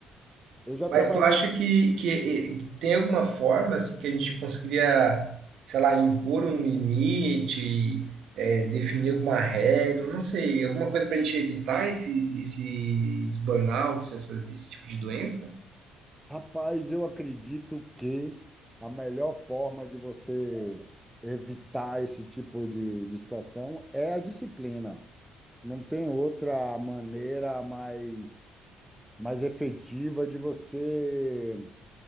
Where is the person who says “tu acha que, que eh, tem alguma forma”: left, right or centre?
Right